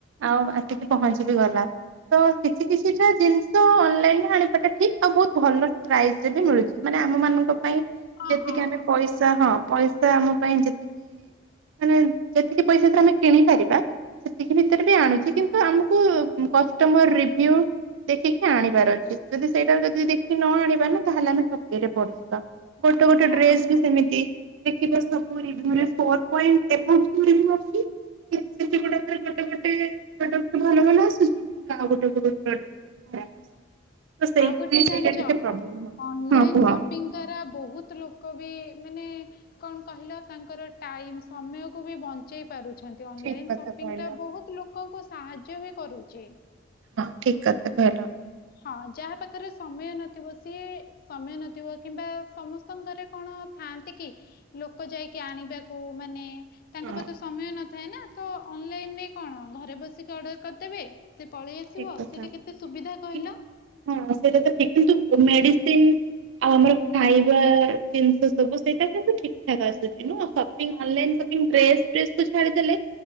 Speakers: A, on the right; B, on the left.
A: ଆଉ ଆସିକି ପହଞ୍ଚି ବିି ଗଲା ତ କିଛି କିଛିଟା ଜିନିଷ ଅନଲାଇନରେ ଆଣିବାଟା ଠିକ ଆଉ ବହୁତ ଭଲ ପ୍ରାଇସ ରେ ବି ମିଳୁଛି ମାନେ ଆମ ମାନଙ୍କ ପାଇଁ।
B: ହଁ
A: ଯେତିକି
B: ହଁ
A: ଆମେ ପଇସା ହଁ ପଇସା। ସେଟା ଆମ ପାଇଁ ଯେତିକି। ମାନେ ଯେତିକି ପଇସା ତ ଆମେ କିଣି ପାରିବା ସେତିକି ଭିତରେ ବି ଆଣୁଛି କିନ୍ତୁ ଆମକୁ କଷ୍ଟମର ରିଭ୍ୟୁ ଦେଖିକି ଆଣିବାର ଅଛି ଯଦି ସେଇଟା ଯଦି ଦେଖିକି ନ ଆଣିବା ନା ତାହେଲେ ଆମେ ଠକେଇରେ ପଡିଯିବା। ଗୋଟେ ଗୋଟେ
B: ଓହୋ
A: ଡ୍ରେସ ବି ସେମିତି। ଦେଖିିବା ସବୁ ରିଭ୍ୟୁ ରେ ଫୋର୍। ପଏଣ୍ଟ ଅବୋଭ ରିଭ୍ୟୁ ଅଛି, ଗୋଟେ ଗୋଟେ ପ୍ରଡକ୍ଟ ରେ ଭଲ ଭଲ ଆସୁଛି କିନ୍ତୁ ଆଉ ଗୋଟେ ଗୋଟେ ପ୍ରଡକ୍ଟ ରେ ଖରାପ ଆସୁଛି। ତ ସେଇଥିପାଇଁ
B: ଆଉ ଗୋଟେ
A: ସେଇଟା
B: ଜାଣିଛ
A: ଟିକେ ପ୍ରୋବ୍ଲେମ ହଉଛି
B: ଅନଲାଇନ
A: ହଁ କୁହ।
B: ସପିଙ୍ଗ ଦ୍ଵାରା ବହୁତ। ବହୁତ ଲୋକ ବି ମାନେ କଣ କହିଲ ତାଙ୍କର ଟାଇମ୍ସ ସମୟ କୁ ବି ବଞ୍ଚେଇ। ପାରୁଛନ୍ତି ଅନଲାଇନ
A: ଠିକ କଥା
B: ସଂପିଟା
A: କହିଲ
B: ବହୁତ ଲୋକ। ସାହାଯ୍ୟ ବି କରୁଚି।
A: ହଁ ଠିକ କଥା କହିଲ।
B: ହଁ ଯାହା ପାଖରେ ସମୟ ନଥିବ ସିଏ ସମୟ ନଥିବ କିମ୍ବା ସମସ୍ତଙ୍କ ଘରେ କଣ ଥାଆନ୍ତି କି ଲୋକ ଯାଇକି ଆଣିବାକୁ ମାନେ। ତାଙ୍କ
A: ହଁ
B: ପାଖେ ସମୟ ନ। ଥାଏ ନା ତ ଅନଲାଇନ ରେ କଣ ଘରେ ବସିକି ଅର୍ଡ଼ର କରିଦେବେ। ସେ ପଳେଇ ଆସିବ
A: ଠିକ
B: ଆଉ
A: କଥା।
B: ସେଇଟା କେତେ ସୁବିଧା କହିଲ।
A: କି ହଁ ସେଇଟା ତ ଠିକ କିନ୍ତୁ ମେଡିସିନ ଆଉ ଆମର ଖାଇବା। ଜିନିଷ ସବୁ ସେଇଟା କିନ୍ତୁ ଠିକ। ଠିକ ଆସୁଚି ନୁହଁ । ଅନଲାଇନ୍ ସଂପି ଡ୍ରେସ ଫ୍ରେସ । ଛାଡ଼ିଦେଲେ